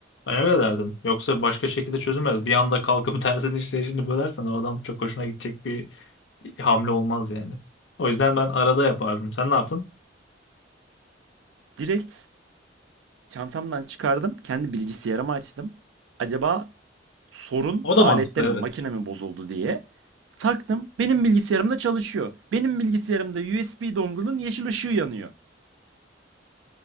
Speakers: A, on the left; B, on the right.
A: Ben öyle derdim. Yoksa başka şekilde çözülmez. Bir anda kalkıp <laughs> dersin işleyişini bölersen o adam çok hoşuna gidecek bir hamle olmaz yani. O yüzden ben arada yapardım. Sen ne yaptın?
B: Direkt çantamdan çıkardım. Kendi bilgisayarımı açtım. Acaba sorun
A: O da
B: alette
A: mantıklı
B: mi
A: evet.
B: makine mi bozuldu diye taktım. Benim bilgisayarımda çalışıyor. Benim bilgisayarımda USB dongle'ın yeşil ışığı yanıyor.